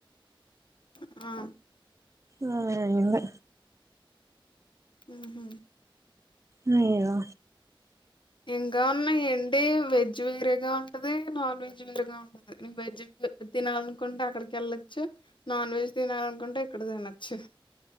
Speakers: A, on the left; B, on the right.
A: ఉమ్ ఆ
B: ఆ అయింది
A: ఊహు
B: లేయో
A: ఇంకా ఉన్నాయి ఏంటి వెజ వెజ్ వేరేగా ఉంటది నాన్ వెజ్ వేరేగా ఉంటది వెజ్ తినాలనుకుంటే అక్కడికి వెళ్ళొచ్చు నాన్ వెజ్ తినాలనుకుంటే ఇక్కడ తినొచ్చు